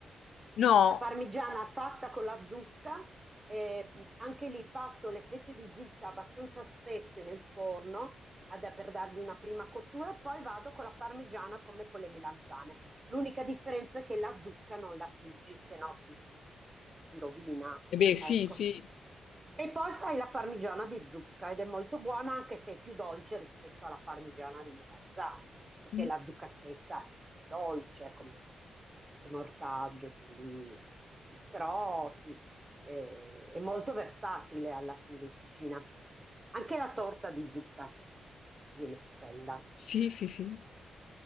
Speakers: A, on the left; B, on the right.
A: No.
B: La parmigiana fatta con la zucca, eh, anche lì passo le fette di zucca abbastanza spesse nel forno ad- per dargli una prima cottura, e poi vado con la parmigiana come con le melanzane. L'unica differenza è che la zucca non la friggi, se no si, si rovina.
A: Eh beh, sì,
B: Ecco.
A: sì.
B: E poi fai la parmigiana di zucca ed è molto buona anche se è più dolce rispetto alla parmigiana di melanzane perché
A: Mh.
B: la zucca stessa è, è dolce come, come ortaggio, quindi sì. però sì, eh, è molto versatile alla fine in cucina. Anche la torta di zucca viene stupenda.
A: Sì, sì, sì.